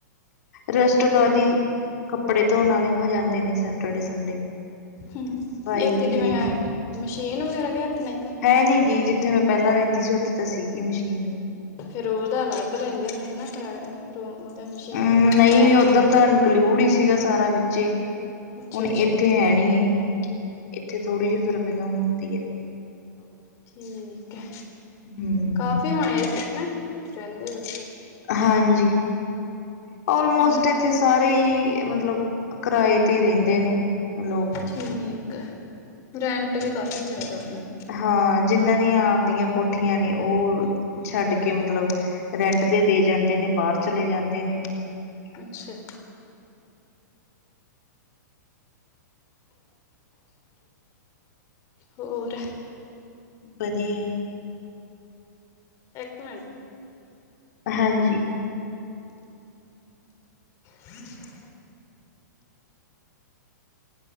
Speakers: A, on the left (about 60°); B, on the left (about 30°).
A: ਰੈਸਟ ਕਾਦੀ, ਕੱਪੜੇ ਧੋਣ ਵਾਲੇ ਹੋ ਜਾਂਦੇ ਨੇ ਸੈਟਰਡੇ ਸੰਡੇ।
B: ਹਮ
A: ਸਫਾਈ
B: ਇੱਥੇ
A: ਹੁੰਦੀ
B: ਕਿਵੇਂ ਹੈ ਮਸ਼ੀਨ ਵਗੈਰਾ ਕੇ ਹੱਥ ਨਾਹੀਂ ਧੋਨੇ ਆ?
A: ਹੈ ਨੀ ਗੀ ਜਿੱਥੇ ਮੈਂ ਪਹਿਲਾਂ ਰਹਿੰਦੀ ਸੀ, ਉੱਥੇ ਤਾਂ ਸੀਗੀ ਮਸ਼ੀਨ
B: ਫਿਰ ਉਹਦਾ ਅਲੱਗ ਲੈਂਦੇ ਨੇ ਨਾ ਕਰਾਇਆ ਰੂਮ ਉਹਦਾ ਮਸ਼ੀਨ
A: ਅਮ
B: ਦੀ
A: ਨਹੀਂ
B: ਚਾਰਜ।
A: ਉੱਧਰ ਤਾਂ ਇਨਕਲੂਡ ਹੀ ਸੀ ਸਾਰਾ ਵਿਚੇ
B: ਅੱਛਾ
A: ਹੁਣ
B: ਅੱਛਾ
A: ਇੱਥੇ ਹੈ ਨੀ। ਇੱਥੇ ਥੋੜੀ ਜਿਹੀ ਫਿਰ ਬਿਲੋਂ ਹੁੰਦੀ ਹੈਂ।
B: ਠੀਕ ਹੈ
A: ਹਮ
B: ਕਾਫੀ ਹੋਣੇ ਇੱਥੇ ਨਾ ਰਹਿੰਦੇ ਬੱਚੇ।
A: ਹਾਂਜੀ, ਆਲਮੋਸਟ
B: ਨਾ
A: ਇਥੇ ਸਾਰੇ ਹੀ ਮਤਲਬ ਕਿਰਾਏ ਤੇ ਰਹਿੰਦੇ ਨੇ ਲੋਕ
B: ਠੀਕ ਆ ਰੈਂਟ ਵੀ ਦੇ ਕਾਫੀ ਜ਼ਿਆਦਾ ਹੈ ਨਾ।
A: ਹਾਂ ਜਿੰਹਨਾਂ ਦੀਆਂ ਆਪਦੀਆਂ ਕੋਠੀਆਂ ਨੇ, ਉਹ ਛੱਡ ਕੇ ਮਤਲਬ ਰੈਂਟ ਤੇ ਦੇ ਜਾਂਦੇ ਨੇ, ਬਾਹਰ ਚਲੇ ਜਾਂਦੇ ਨੇ।
B: ਅੱਛਾ। ਹੋਰ।
A: ਵਧੀਆ।
B: ਇੱਕ ਮਿੰਟ।
A: ਹਾਂਜੀ।
B: ਫਜ <inaudible>